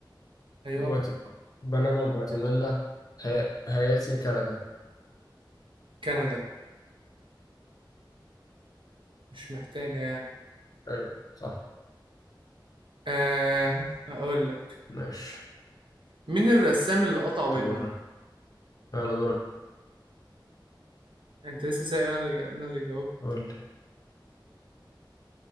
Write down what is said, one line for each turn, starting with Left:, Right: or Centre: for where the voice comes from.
Right: أيوه
Left: جوات بنما جواتيمالا هاي- هايتي كندا
Right: كندا مش محتاجة يعني
Left: ايوه صح
Right: أه هقول لك
Left: ماشي
Right: مين الرسام اللي قطع ودنه؟
Left: تمام يلا دورك
Right: أنت لسه سائل أنا اللي أنا اللي جاوبت
Left: قول لي